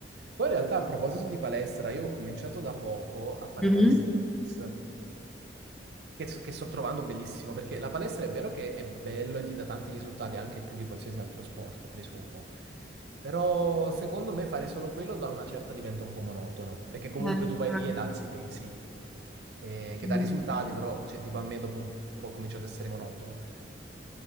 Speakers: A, on the right; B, in the centre.
A: Poi in realtà a proposito di palestra, io ho cominciato da poco a fare
B: Mhm.
A: calisthenics. Che, s- che sto trovando bellissimo, perché la palestra è vero che è bello e ti dà tanti risultati, anche più di qualsiasi altro sport, presumo. Però secondo me fare solo quello da una certa diventa un po' monotono, perché comunque
B: Eh,
A: tu vai lì ed alzi i pesi, eh, che
B: eh.
A: dà risultati, però cioè, tipo a me dopo un po' è cominciato ad essere monotono.